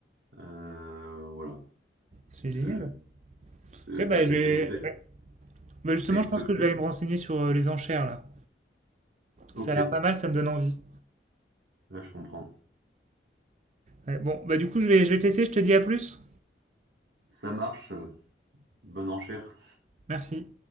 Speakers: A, on the right (about 75°); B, on the right (about 40°).
A: Euh, voilà,
B: C'est
A: c'est
B: génial.
A: c'est-
B: Tu vois,
A: c'est
B: bah,
A: assez
B: je vais-
A: cool, mais ça
B: ouais. Bah, justement,
A: ça existe
B: je pense que je
A: plus.
B: vais aller me renseigner sur euh, les enchères là.
A: Ok,
B: Ça a l'air pas mal, ça me donne envie.
A: là je comprends.
B: Ouais, bon, bah du coup, je vais, je vais te laisser, je te dis à plus.
A: Ça marche, euh, bonne enchère.
B: Merci.